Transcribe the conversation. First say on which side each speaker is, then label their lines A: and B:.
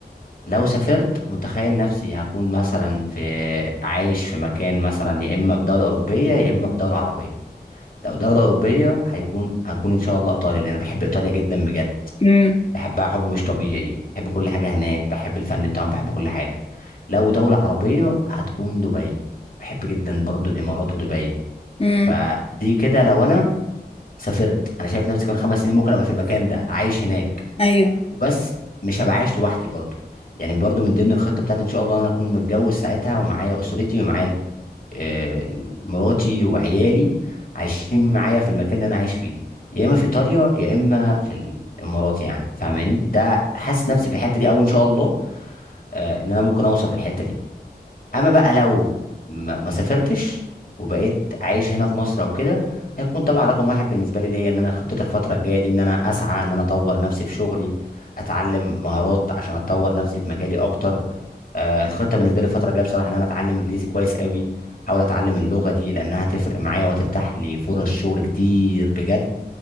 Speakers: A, on the left; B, on the left.
A: لو سافرت متخيل نفسي هكون مثلا في عايش في مكان مثلا يا اما في دولة أوروبية يا اما في دولة عربية لو دولة أوروبية هيكون هكون ان شاء الله إيطاليا لأن أنا بحب إيطاليا جدا بجد
B: امم
A: بحبها حب مش طبيعي بحب كل حاجة هناك بحب الفن بتاعهم بحب كل حاجة لو دولة عربية هتكون دبي بحب جدا برضو الإمارات ودبي
B: امم
A: فدي كده لو أنا سافرت أنا شايف نفسي كمان خمس سنين ممكن أبقى في المكان ده عايش هناك
B: ايوه
A: بس مش هبقى عايش لوحدي برضو يعني برضو من ضمن الخطة بتاعتي ان شاء الله إن انا اكون متجوز ساعتها ومعايا اسرتي ومعايا ال- آه، مراتي وعيالي عايشين معايا في المكان اللي انا عايش فيه يا اما في ايطاليا يا اما في الامارات يعني فاهماني ده حاسس نفسي في الحتة دي او ان شاء الله آه، ان انا ممكن اوصل للحتة دي اما بقى لو ما ما سافرتش وبقيت عايش هنا في مصر او كده هيكون طبعا رقم واحد بالنسبه لي ليا ان انا خطه الفتره الجايه دي ان انا اسعى ان انا اطور نفسي في شغلي اتعلم مهارات عشان اطور نفسي في مجالي اكتر آه الخطه بالنسبه لي الفتره الجايه بصراحه ان انا اتعلم انجليزي كويس قوي احاول اتعلم اللغه دي لانها هتفرق معايا وهتفتح لي فرص شغل كتير بجد